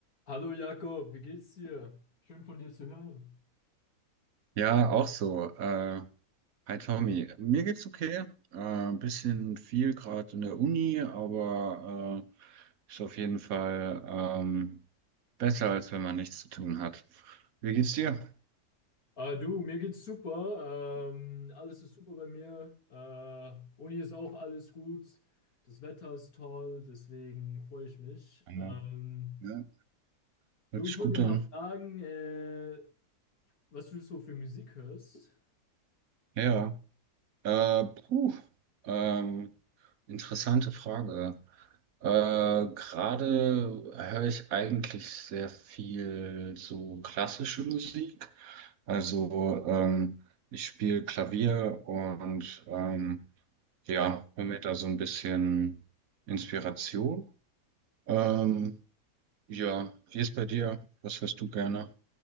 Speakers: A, on the left (about 55°); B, on the right (about 60°).
A: Hallo Jakob, wie geht's dir? Schön von dir zu hören.
B: Ja, auch so. Äh, hi Tommy, mir geht's okay. Äh, ein bisschen viel gerade in der Uni, aber äh, ist auf jeden Fall ähm, besser, als wenn man nichts zu tun hat. Wie geht's dir?
A: Äh, du, mir geht's super. Ähm, alles ist super bei mir. Äh, Uni ist auch alles gut. Das Wetter ist toll, deswegen freue ich mich.
B: Ja,
A: Ähm,
B: ja, hört
A: du, ich
B: sich
A: wollte
B: gut
A: dir mal
B: an.
A: fragen, äh, was du so für Musik hörst.
B: Ja. Äh, puh, ähm, interessante Frage. Äh, gerade höre ich eigentlich sehr viel so klassische Musik. Also ähm, ich spiele Klavier und ähm, ja, hole mir da so ein bisschen Inspiration. Ähm, ja, wie ist bei dir? Was hörst du gerne?